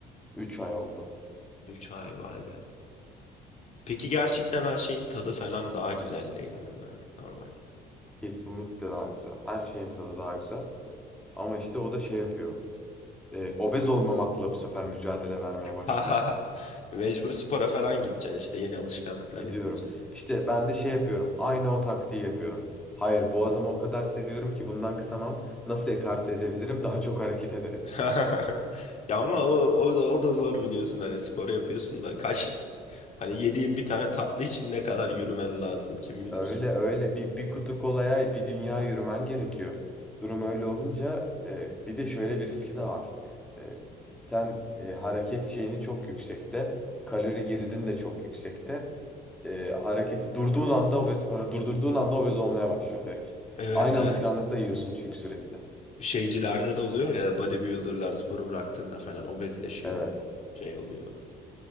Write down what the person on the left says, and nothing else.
3 ay vay be. Peki gerçekten her şeyin tadı falan daha güzel değil mi böyle normalde?
<laughs> Mecbur spora falan gideceksin işte yeni alışkanlıklar
edince.
<laughs> Ya ama o, o da, o da zor biliyorsun hani spor yapıyorsun da kaç hani yediğin bir tane tatlı için ne kadar yürümen lazım kim bilir.
Evet
evet.
şeycilerde de oluyor ya bodybuilderlar sporu bıraktığında falan obezleşiyor.
Şey oluyor.